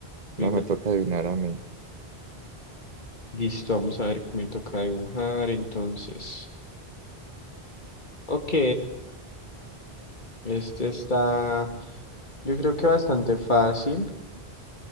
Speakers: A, on the left (about 50°); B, on the right (about 45°).
A: bigote.
B: Ahora me toca adivinar a mí.
A: Listo, vamos a ver qué me toca dibujar entonces. Ok, este está, yo creo que bastante fácil.